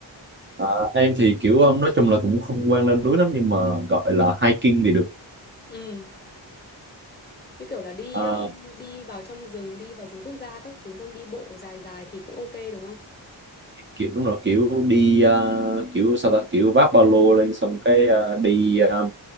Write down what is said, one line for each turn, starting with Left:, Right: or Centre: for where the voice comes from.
Right: Ờ, em thì kiểu ờ, nói chung là cũng không quen lên núi lắm nhưng mà gọi là hiking thì được
Left: Ừ, như kiểu là đi
Right: Ờ,
Left: ờ, đi vào trong rừng, đi vào rừng quốc gia các thứ xong đi bộ dài dài thì cũng ok đúng không?
Right: kiểu đúng rồi kiểu đi ờ, kiểu sao ta kiểu vác ba lô lên xong cái ờ, đi ờ,